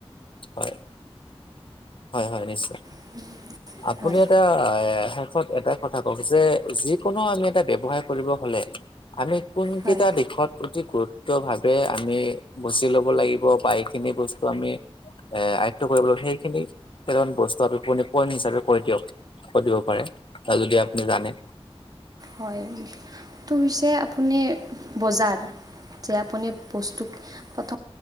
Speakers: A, on the left; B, on the right.
A: হয়, হয়- হয় নিশ্চয়।
B: <inaudible>
A: আপুনি
B: হয়
A: এতিয়া <unintelligible> এটাই কথা অৱশ্যে যিকোনো আমি এটা ব্যৱসায় কৰিব হ'লে আমি কোনকেইটা
B: হয়
A: দিশত অতি গুৰুত্ব ভাৱে আমি বুজি লব লাগিব বা এইখিনি বস্তু আমি এ আয়ত্ব কৰিব লাগে সেইখিনি বস্তু আমি পইণ্ট হিচাপে কৈ দিয়ক কৈ দিব পাৰে আৰু যদি আপুনি জানে
B: হয় হৈছে আপুনি বজাৰ যে আপুনি বস্তু প্ৰথম